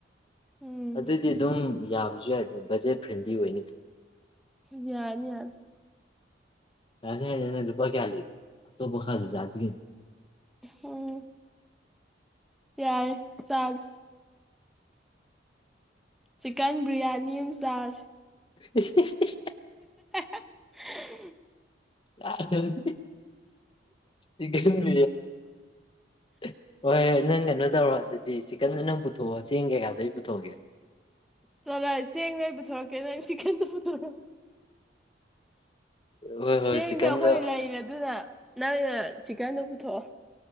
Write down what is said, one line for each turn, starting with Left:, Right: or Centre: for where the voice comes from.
Centre: ꯎꯝ
Left: ꯑꯗꯨꯗꯤ ꯑꯗꯨꯝ ꯌꯥꯕꯁꯨ ꯌꯥꯏꯗ꯭ꯔꯦ ꯕꯖꯦꯠ ꯐ꯭ꯔꯦꯟꯗꯤ ꯑꯣꯏꯅꯤ
Centre: ꯌꯥꯅꯤ ꯌꯥꯔ
Left: ꯀ ꯔꯨꯄꯥ ꯀꯌꯥ ꯂꯩꯒꯦꯣ ꯄꯨꯈꯥꯔ ꯆꯥꯁꯤꯒꯦ
Centre: ꯎꯝ ꯌꯥꯏ ꯁꯥꯖ ꯆꯤꯛꯀꯟ ꯕꯤꯔꯌꯥꯅꯤ ꯆꯔ
Left: <unintelligible>
Centre: <unintelligible>
Left: <unintelligible> ꯏ ꯀ ꯌꯥꯔꯦ <unintelligible> <inaudible> ꯍꯣꯏ ꯅꯪ ꯀꯩꯅꯣ ꯇꯧꯔꯣ ꯑꯗꯨꯗꯤ ꯗꯤ ꯆꯤꯛꯀꯟꯅ ꯅꯪ ꯄꯨꯊꯣꯛꯑꯣ ꯆꯦꯡ ꯀꯩꯀꯥꯗꯨ ꯑꯩ ꯄꯨꯊꯣꯛꯒꯦ
Centre: ꯆꯂꯍꯩ ꯆꯦꯡꯗꯩ ꯑꯩ ꯄꯨꯊꯣꯔꯛꯀꯦ ꯅꯪ ꯆꯤꯛꯀꯟꯗꯣ ꯄꯨꯊꯣꯛꯎ
Left: ꯍꯣꯏ ꯍꯣꯏ
Centre: ꯆꯦꯡꯗꯤ
Left: ꯆꯤꯛꯀꯟꯗꯣ
Centre: ꯑꯩꯈꯣꯏ ꯂꯩꯔꯦ ꯑꯗꯨꯅ ꯅꯪꯅ ꯆꯤꯀꯟꯗꯨ ꯄꯨꯊꯣꯛꯑꯣ